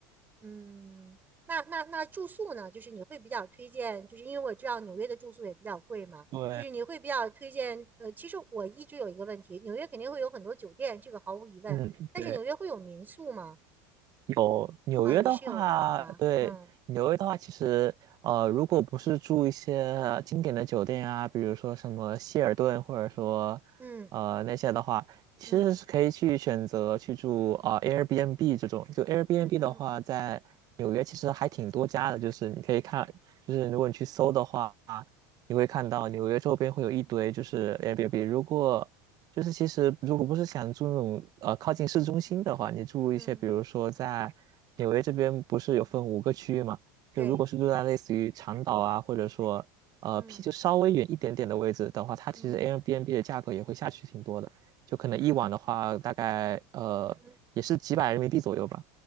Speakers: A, on the right; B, on the right.
A: 嗯，那那那住宿呢？就是你会比较推荐，就是因为我知道纽约的住宿也比较贵嘛，
B: 对，
A: 就是你会比较推荐。呃，其实我一直有一个问题，纽约肯定会有很多酒店，这个毫无疑问，
B: 嗯，
A: 但是纽约会有民宿吗？
B: 对。有纽约的话，
A: 啊，也是有的，是吧？
B: 对纽约的话，
A: 嗯
B: 其实呃，如果不是住一些经典的酒店啊，比如说什么希尔顿，或者说呃那些的话，
A: 嗯
B: 其实是可以去选择去住啊、
A: 嗯
B: 呃 Airbnb 这种。就 Airbnb
A: 嗯嗯
B: 的话，在纽约其实还挺多家的，就是你可以看，就是如果你去搜的话，你会看到纽约周边会有一堆就是 Airbnb。如果就是其实如果不是想住那种呃靠近市中心的话，你住一些比如说在纽约这边不是有分五个区域嘛？
A: 嗯，
B: 就如果是住在类似于长岛啊，
A: 对，
B: 或者说呃偏就稍微远一点点的位置的话，
A: 嗯
B: 它其实
A: 嗯
B: Airbnb 的价格也会下去挺多的，就可能一晚的话大概呃也是几百人民币左右吧。
A: 嗯，嗯